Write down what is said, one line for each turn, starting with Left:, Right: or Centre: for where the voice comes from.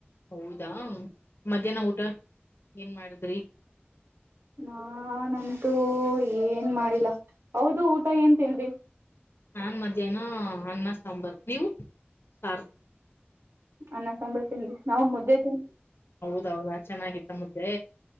Left: ಹೌದಾ. ಮಧ್ಯಾಹ್ನ ಊಟ ಏನ್ ಮಾಡಿದ್ರಿ.
Right: ನಾ ನಂತೂ ಏನ್ ಮಾಡಿಲ್ಲ ಹೌದು ಊಟ ಏನ್ತೇನ್ರಿ.
Left: ನಾನ್ ಮಧ್ಯಾಹ್ನ ಅನ್ನ ಸಾಂಬಾರ್ ನೀವು ಸಾರ್.
Right: ಅನ್ನ ಸಾಂಬಾರ್. ಇ ನಾವು ಮುದ್ದೆ ತಿನ್.
Left: ಹೌೌದಾ ಚೆನ್ನಾಗಿತ್ತ ಮುದ್ದೆ.